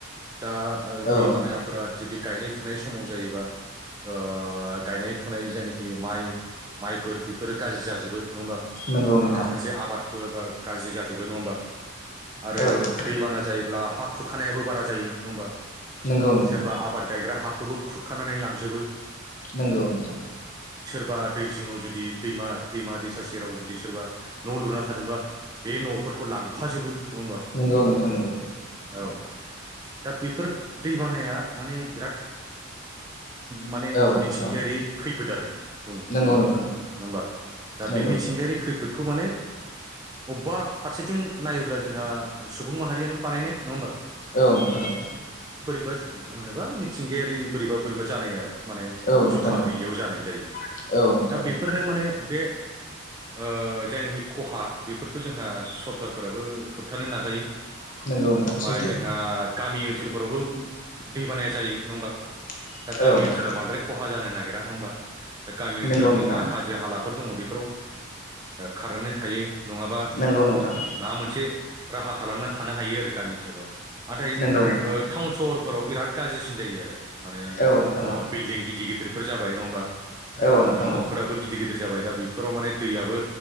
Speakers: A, on the right; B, on the left.
A: दा ओ
B: औ
A: दैबानाफोरा
B: नोंथां
A: जुदि गायनाय फुनाय समाव जायोबा ओ गायनाय फुनाय जायनाखि माइ माइफोर बेफोरो गाज्रि जाजोबो। नङा होमबा
B: नंगौ नोंथां
A: माबा मोनसे आबाद फोबा गाज्रि जाजोबो नङा होमबा आरो
B: औ नोंथां
A: दैबाना जायोब्ला हा खुरखानायाबो बारा जायो नङा होमबा। सोरबा
B: नंगौ नोंथां
A: आबाद गायग्रा हाखौबो खुरखानानै लांजोबो।
B: नंगौ नोंथां।
A: बा दै जिङाव जुदि दैमा दैमा दैसा सेराव जुदि सोरबा न' लुना थादोंबा बे न' फोरखौ लांफाजोबो नङा होमबा।
B: नंगौ नोंथां नंगौ
A: औ। दा बेफोर दैबानाया माने बिराद माने
B: औ नोंथां
A: मिथिंगायारि खैफोद आरो बुं-बुङोबा
B: नंगौ नोंथां
A: नङा होमबा। दा
B: नंगौ
A: बे मिथिंगायारि खैफोदखौ माने अबेबा फारसेथिं नायोब्ला जोंहा सुबुं माहारियानो बानायनाय नङा होमबा।
B: औ नोंथां औ
A: बा होनोबा मिथिंगायारि बोरैबा बोरैबा जानाय आरो। माने
B: औ
A: जखा
B: नोंथां
A: गैयियाव जानाय जायो
B: औ औ नोंथां
A: दा बेफोरनो
B: औ
A: माने बे ओ जायनाखि खहा बेफोरखौ जोंहा सरखारफोराबो होबथानो नाजायो। ओमफाय
B: नंगौ नोंथां सैथो
A: जोंहा गामि ओनसोलफोरावबो दै बानाया जायो नङा होमबा।
B: <inaudible>
A: दा गामि
B: नोंथां
A: ओनसोलाव बांद्राय खहा जानो नागिरा नङा होमबा दा गामि ओनसोलाव
B: नंगौ नोंथां
A: जोंहा हाजो हालाफोर दङ' बे फोराव ओ खारनानै थायो नङाबा
B: नंगौ नोंथां।
A: माबा मोनसे राहा खालामनानै थानो हायो आरो गामि ओनसोलाव नाथाय
B: नंगौ नोंथां
A: ओ टाउन सहर फोराव बिराद गाज्रिसिन जायो आरो माने ओ
B: औ नोंथां औ
A: बिल्डिं गिदिर गिदिरफोर जाबाय नङा होमबा
B: औ
A: ओ
B: नोंथां
A: न'फोराबो गिदिर गिदिर गिदिर जाबाय दा बेफोराव माने दैयाबो